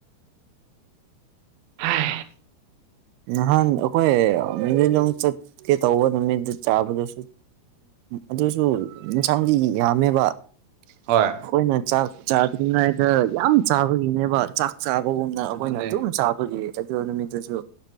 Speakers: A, on the right; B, on the right.
A: ꯍꯥꯏ
B: ꯅꯍꯥꯟ ꯑꯩꯈꯣꯏ ꯑꯗꯨꯝ ꯆꯠꯀꯦ ꯇꯧꯕ ꯅꯨꯃꯤꯠꯇ ꯆꯥꯕꯗꯁꯨ ꯑꯗꯨꯁꯨ ꯏꯟꯁꯥꯡꯗꯤ ꯌꯥꯝꯃꯦꯕ ꯑꯩꯈꯣꯏꯅ
A: ꯍꯣꯏ
B: ꯆꯥꯛ ꯆꯥꯗ꯭ꯔꯤꯉꯩꯗ ꯌꯥꯝ ꯆꯥꯕꯒꯤꯅꯦꯕ ꯆꯥꯛ ꯆꯕ ꯎꯒꯨꯝꯅ ꯑꯩꯈꯣꯏꯅ
A: ꯑꯗꯨꯅꯦ
B: ꯑꯗꯨꯝ ꯆꯥꯕꯒꯤ ꯑ ꯅꯨꯃꯤꯠꯇꯨꯁꯨ